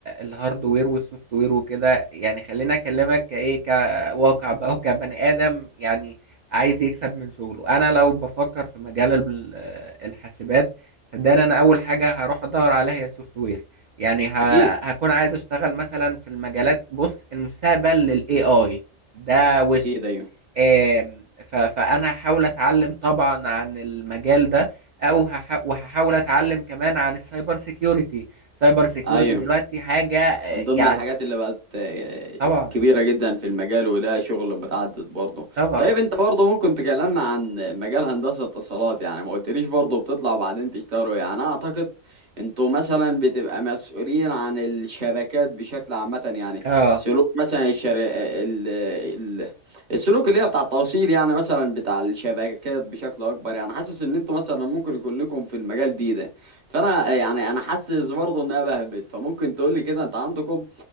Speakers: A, on the right; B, on the right.
A: الهاردوير والسوفت وير وكده يعني خليني اكلمك كايه كواقع بقى وكبني ادم يعني عايز يكسب من شغله انا لو بفكر في مجال ال- آه، الحاسبات صدقني انا اول حاجه هروح ادور عليها هي السوفت وير يعني ه-
B: أكيد
A: هكون عايز اشتغل مثلا في المجالات بص المستقبل للاي اي ده وش
B: أكيد أيوه
A: آم، ف- فانا هحاول اتعلم طبعا عن المجال ده او هح- وهحاول اتعلم كمان عن السايبر سيكيورتي سايبر سيكيورتي
B: أيوه
A: دلوقتي حاجة آه،
B: من ضمن
A: يعني
B: الحاجات اللي بقت آه،
A: طبعا
B: كبيرة جدا في المجال ولها شغل متعدد برضه
A: طبعا
B: طيب انت برضه ممكن تكلمنا عن مجال هندسة اتصالات يعني ما قلتليش برضه بتطلع وبعدين تشتغلوا يعني انا اعتقد انتوا مثلا بتبقى مسؤولين عن الشبكات بشكل عامة يعني
A: اه
B: سلوك مثلا الشر... آه، ال... ال... السلوك اللي هي بتاع التوصيل يعني مثلا بتاع الشبكات بشكل اكبر يعني حاسس ان انتوا مثلا ممكن يكون لكم في المجال دي ده فانا يعني انا حاسس برضه انها بهبت فممكن تقول لي كده انت عندكم